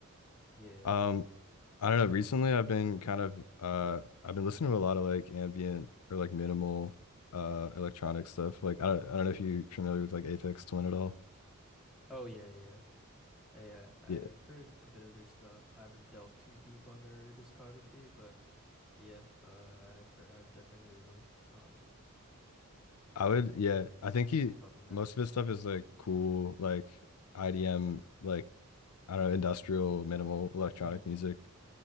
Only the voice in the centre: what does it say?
yeah.
Oh yeah, yeah. Yeah, I've
heard a bit of their stuff. I haven't delved too deep on their discography, but yeah, uh, I've heard, I've definitely heard of them. Um,
been bumping that.
Mm.